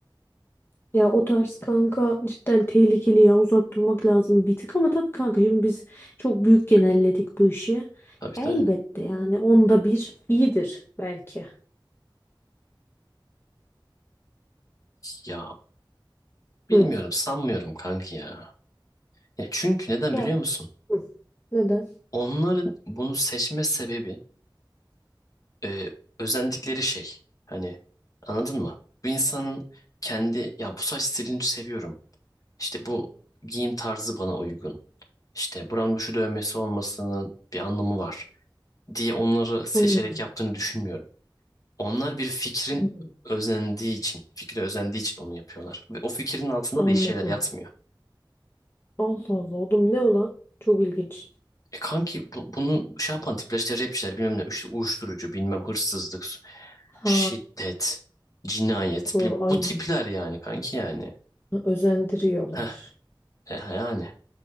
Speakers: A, on the left (about 25°); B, on the left (about 45°).
A: Ya o tarz kanka cidden tehlikeli ya. Uzak durmak lazım bir tık ama tabii kanka şimdi biz çok büyük genelledik bu işi.
B: Tabii
A: Ya
B: tabii.
A: elbette yani onda bir iyidir belki.
B: Ya bilmiyorum
A: Hı.
B: sanmıyorum kanki ya. Ya çünkü neden
A: Ya
B: biliyor musun?
A: hı. neden?
B: Onların bunu seçme sebebi e, özendikleri şey. Hani anladın mı? Bu insanın kendi ya bu saç stilini seviyorum. İşte bu giyim tarzı bana uygun. İşte buranın şu dövmesi olmasının bir anlamı var diye onları seçerek
A: Hı.
B: yaptığını düşünmüyorum. Onlar bir fikrin
A: Hı.
B: özendiği için, fikre özendiği için onu yapıyorlar. Ve o fikrin altında
A: Anladım.
B: da iyi şeyler yatmıyor.
A: Allah Allah oğlum ne olan? Çok ilginç.
B: E kanki bu, bunu şey yapan tipler işte rapçiler bilmem ne işte uyuşturucu bilmem hırsızlık
A: Ha
B: Şiddet, cinayet,
A: doğru
B: bil-
A: ay
B: bu tipler yani kanki yani.
A: özendiriyorlar.
B: Heh, e, yani.